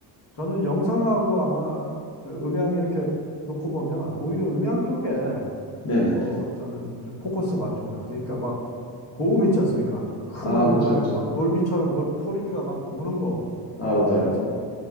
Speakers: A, on the left (about 90°); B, on the left (about 35°).
A: 저는 영상하고 아마 저 음향 이렇게 놓고 보면 오히려 음향 쪽에
B: 네네.
A: 더 저는 좀 포커스 맞춘 것 같아요. 그러니까 막 고음 있지 않습니까? 큰
B: 아,
A: 음,
B: 그쵸,
A: 그 다음에
B: 그쵸.
A: 막 돌비처럼 머리, 소리가 막 도는 거,
B: 아,
A: 이런
B: 맞아요.
A: 거에 저는